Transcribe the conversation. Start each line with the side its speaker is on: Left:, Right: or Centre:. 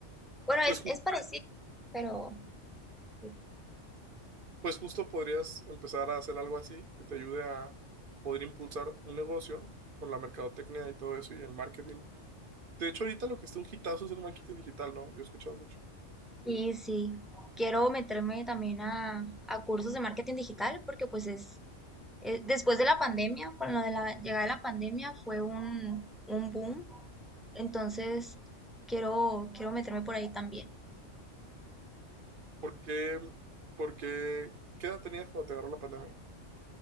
Centre: Bueno,
Right: Pues,
Centre: es,
Right: ju-
Centre: es parecido, pero sí.
Right: pues justo podrías empezar a hacer algo así que te ayude a poder impulsar un negocio con la mercadotecnia y todo eso y el marketing De hecho, ahorita lo que está un hitazo es el marketing digital, ¿no? Yo he escuchado mucho.
Centre: Y sí, quiero meterme también a, a cursos de marketing digital porque pues es, eh, después de la pandemia, con lo de la llegada de la pandemia fue un, un boom, entonces quiero, quiero meterme por ahí también.
Right: ¿Por qué? ¿Por qué? ¿Qué edad tenías cuando te agarró la pandemia?